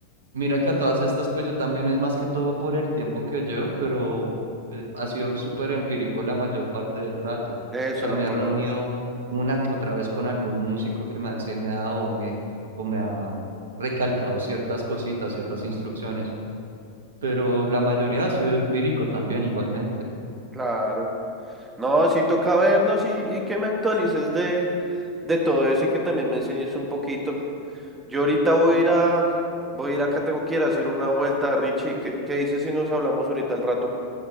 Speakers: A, on the right; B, on the right.
A: Mira que a todas estas, pues yo también es más que todo por el tiempo que llevo, pero eh, ha sido súper empírico la mayor parte del rato. O
B: Eso
A: sea,
B: es la
A: me
B: palabra.
A: he reunido una que otra vez con algún músico que me ha enseñado o me, o me ha recalcado ciertas cositas, ciertas instrucciones, pero la mayoría ha sido empírico también igualmente.
B: Claro. No, sí toca vernos y, y que me actualices de, de todo eso y que también me enseñes un poquito. Yo ahorita voy a ir a, voy a ir acá, tengo que ir a hacer una vuelta, Richie. ¿Qué, qué dices si nos hablamos ahorita al rato?